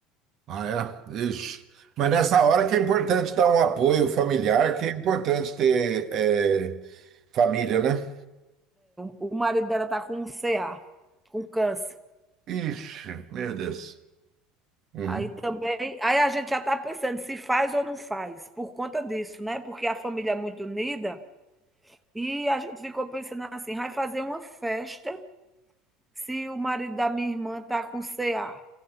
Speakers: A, on the right; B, in the centre.
A: Ah, é? Ixi. Mas nessa hora que é importante dar um apoio familiar, que é importante ter é, família, né?
B: O marido dela tá com um CA, com câncer.
A: Ixi, meu Deus. Uhum.
B: Aí também, aí a gente já está pensando se faz ou não faz, por conta disso, né? Porque a família é muito unida e a gente ficou pensando assim, vai fazer uma festa se o marido da minha irmã tá com CA,